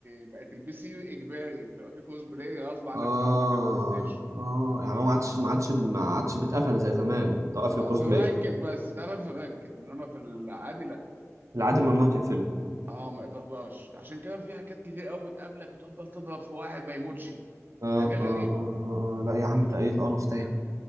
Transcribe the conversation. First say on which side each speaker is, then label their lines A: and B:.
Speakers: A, on the right; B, on the right.
A: بقت البي سي اجباري بتبقى في كوز بلاي غصب عنك
B: اه
A: بتلعب معاك على البلاي ستيشن
B: اه يعني هو ما عادش ما عادش ما عادش بيتقفل زي زمان ده قفل
A: اه
B: الكروس
A: في
B: بلاي
A: الرانكد بس اتعمل في الرانكد انما في العادي
B: العادم ممنوع تقفله
A: اه ما تقدرش عشان كده في حاجات كتير قوي بتقابلك وتفضل تضرب في واحد ما يموتش
B: اه
A: حاجه
B: اه
A: غريبه
B: اه اه آه. لا يا عم ده ايه القرف ده يعني